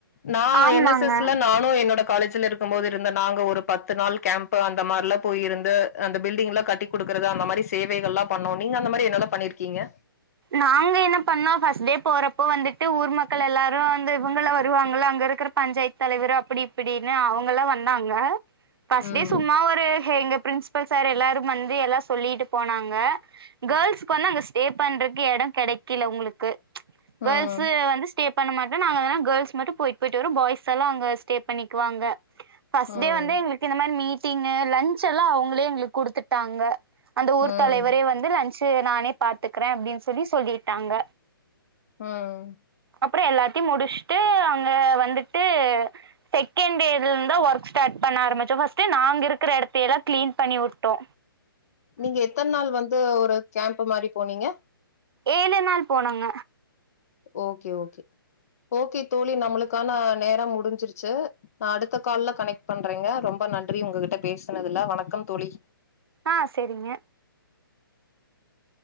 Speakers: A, on the left (about 40°); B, on the right (about 80°).
A: நா
B: ஆமாங்க
A: என் எஸ் எஸ் ல நானு என்னோட காலேஜ் ல இருக்கும் போது இருந்த நாங்க ஒரு பத்து நாள் கேம்ப் அந்த மார்லா போயிருந்து அந்த பில்டிங்லா கட்டி குடுக்கறது அந்த மாரி சேவைகள்லா பண்ணோ நீங்க அந்த மாரி என்னல்லா பண்ணிருக்கிங்க
B: நாங்க என்ன பண்ணோ ஃபர்ஸ்ட் டே போறப்போ வந்துட்டு ஊர் மக்கள் எல்லாரு வந்து இவுங்கள வருவாங்கல அங்க இருக்கற பஞ்சாயத் தலைவரு அப்டி இப்டி னு அவுங்களா வந்தாங்க ஃபஸ்
A: ம்
B: டே சும்மா ஒரு ஹெங்க பிரின்சிபல் சார் எல்லாரும் வந்து எல்லா சொல்லிட்டு போனாங்க கேர்ள்ஸ்கு வந்து அங்க ஸ்டே பண்ற கு எட கெடைக்கல உங்களுக்கு கேர்ள்ஸு
A: ம்
B: வந்து ஸ்டே பண்ண மாட்டோ நாங்க வேணா கேர்ள்ஸ் மட்டு போயிட் போயிட்டு வரோ பாய்ஸ் எல்லா அங்க ஸ்டே பண்ணிக்குவாங்க ஃபஸ்ட்
A: ம்
B: டே வந்து எங்களுக்கு இந்த மாரி மீ ட்டிங்கு லன்ச் எல்லா அவுங்களே எங்ளுக்கு குடுத்துட்டாங்க அந்த ஊர்
A: ம்
B: தலைவரே வந்து லன்ச்சு நானே பாத்துக்கற அப்டின் சொ ல்லிட்டாங்க
A: ம்
B: அப்றோ எல்லாத்தியு முடிச்ட்டு அங்க வந்துட்டு செகண்ட் டேல இருந் தா ஒர்க் ஸ்டார்ட் பண்ண ஆரம்பிச்சோ ஃபஸ்ட்டு நாங்க இருக்குற எடத்தயெல்லா கிளீன் பண்ணி வுட்டோ
A: நீங்க எத்தன நாள் வந்து ஒரு கேம்ப் மாரி போனிங்க
B: ஏழு நாள் போனங்க
A: ஓகே ஓகே ஓகே தோழி நம்முளுக்கான நேர முடிஞ்சிருச்சி நா அடுத்த கால்ல கனெக்ட் பண்றேங்க ரொம்ப நன்றி உங்ககிட்ட பேசுனதுல வணக்கம் தோழி
B: ஆ செரிங்க